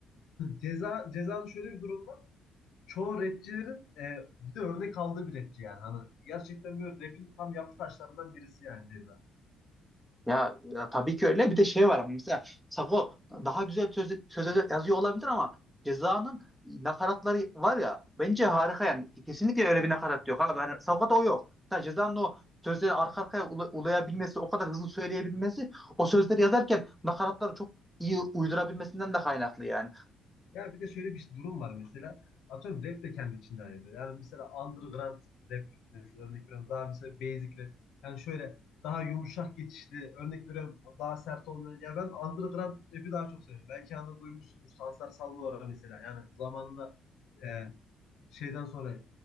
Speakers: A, on the left; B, in the centre.
A: Ceza Ceza'nın şöyle bir durum var. Çoğu rapçilerin e, bir de örnek aldığı bir rapçi yani. Hani gerçekten böyle rapin tam yapı taşlarından birisi yani Ceza.
B: Ya, ya tabii ki öyle. Bir de şey var ama mesela Sago daha güzel söz, sözler yazıyor olabilir ama Ceza'nın nakaratları var ya bence harika yani. Kesinlikle öyle bir nakarat yok abi. Hani Sago'da o yok. Hatta Ceza'nın o sözleri arka arkaya ula- ulayabilmesi, o kadar hızlı söyleyebilmesi, o sözleri yazarken nakaratları çok iyi uydurabilmesinden de kaynaklı yani.
A: Ya bir de şöyle bir durum var mesela. Atıyorum rap de kendi içinde ayrılıyor. Yani mesela underground rap mesela örnek veriyorum. Daha mesela basic rap. Yani şöyle daha yumuşak geçişli örnek veriyorum. Daha sert olmayan. Ya ben underground rap'i daha çok seviyorum. Belki anda duymuşsundur. Sansar Salvatore mesela. Yani zamanında e, şeyden sonra